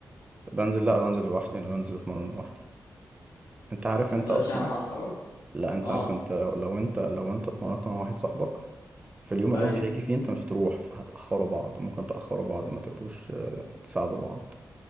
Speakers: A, on the right; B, on the left.
A: بنزل لأ بنزل لوحدي أنا بنزل أتمرن لوحدي انت عارف
B: ما بتنزلش
A: انت اصلا
B: انا مع اصحابك
A: لا انت
B: اه
A: عارف انت لو انت لو انت اتمرنت مع واحد صاحبك في اليوم اللي
B: ايوه
A: هو مش هيجي فيه انت مش هتروح فهتأخروا بعض ممكن تأخروا بعض ما تبقوش آه، تساعدوا بعض